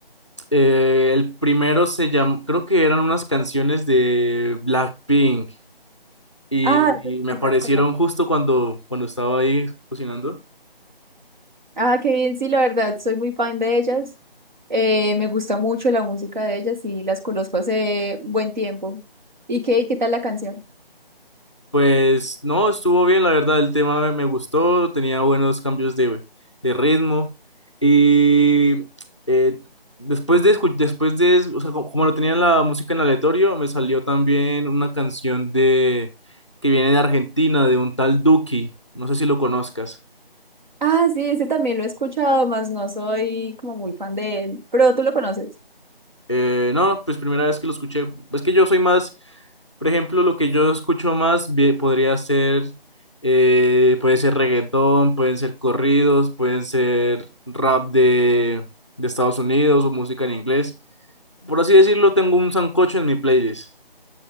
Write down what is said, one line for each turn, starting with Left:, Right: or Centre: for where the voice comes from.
Left: eh, el primero se llamó, creo que eran unas canciones de Blackpink y,
Right: Ah,
Left: y me
Right: sí
Left: aparecieron
Right: las conozco.
Left: justo cuando, cuando estaba ahí cocinando.
Right: Ah, qué bien, sí, la verdad, soy muy fan de ellas. Eh, me gusta mucho la música de ellas y las conozco hace buen tiempo. ¿Y qué, y qué tal la canción?
Left: Pues no, estuvo bien, la verdad, el tema me, me gustó, tenía buenos cambios de, de ritmo y eh, después de, escu- después de, es- o sea, co- como, lo tenía la música en aleatorio, me salió también una canción de que viene de Argentina, de un tal Duki, no sé si lo conozcas.
Right: Ah, sí, ese también lo he escuchado, más no soy como muy fan de él, pero tú lo conoces.
Left: Eh, no, pues primera vez que lo escuché. Es que yo soy más, por ejemplo, lo que yo escucho más bien podría ser, eh, puede ser reggaetón, pueden ser corridos, pueden ser rap de, de Estados Unidos o música en inglés. Por así decirlo, tengo un sancocho en mi playlist.